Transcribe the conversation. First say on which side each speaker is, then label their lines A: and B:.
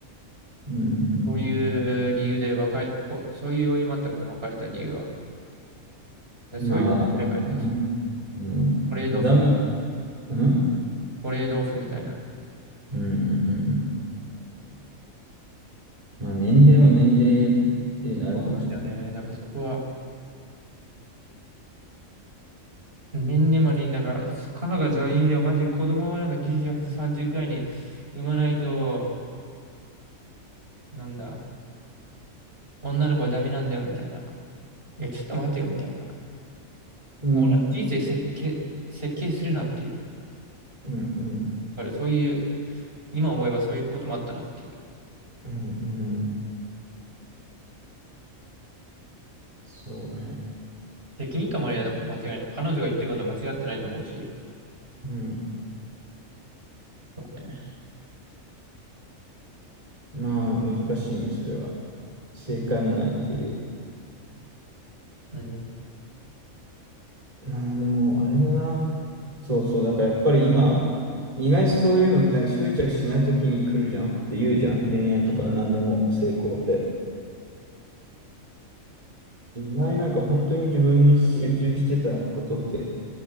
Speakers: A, on the right; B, on the right.
A: うん。うんうん
B: そういう理由で別れ、おそういう要因もあったかな、別れた理由は。でそういう、
A: まあ、あれだな。
B: あれかね、
A: うん。
B: トレードオフ、
A: 値段も、うん。
B: トレードオフみたいな。
A: うん。うんうん。まあ、年齢も年齢っていうのあるかもしれない。
B: そうなんだよね。だからそこは、年でもね、だから、彼女が女優にはマジ子供はなんか28、30くらいに産まないと、なんだ、女の子はダメなんだよ、みたいな。いや、ちょっと待てよ、みたいな。
A: うん。
B: もう俺の人生設計、設計するなっていう。だ
A: うん。うん。
B: からそういう、今思えばそういうこともあったなっていう。
A: うん。うんそうね。
B: 責任感もありだ、間違いない。彼女が言ってることは間違ってないと思うし。
A: うん。
B: そうね。
A: まあ、難しいね、それは。正解もないっていう。
B: うん。
A: なあ、でも、あれだな。そうそう、だからやっぱり今、意外にそういうのってなんか執着しないときに来るじゃんって言うじゃん。恋愛とか何でも成功って。意外になんか本当に自分に集中してたことって